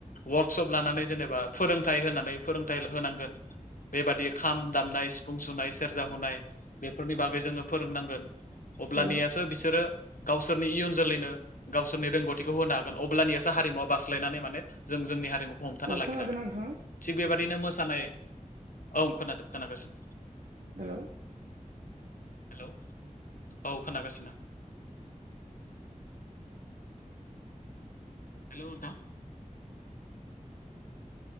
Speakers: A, on the left; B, on the right.
A: वार्कशप लानानै जेनेबा फोरोंथाइ होनानै फोरोंथाइल होनांगोन। बेबादि खाम दामनाय सिफुं सुनाय सेरजा हुनाय बेफोरनि बागै जोङो फोरोंनांगोन। अब्लानियासो
B: औ
A: बिसोरो गावसोरनि इयुन जोलैनो गावसोरनि रोंगौथिखौ होनो हागोन अब्लानियासो हारिमुवा बास्लायनानै माने जों जोंनि हा रिमुखौ हमथाना
B: औ
A: लाखिनो
B: खोनादोंना
A: हागोन
B: नोंथाङा
A: थिक बेबा दिनो मोसानाय औ खोनादों खोनागासिनो।
B: हेल'
A: हेलौ औ खोनागासिनो हेल' नोंथां।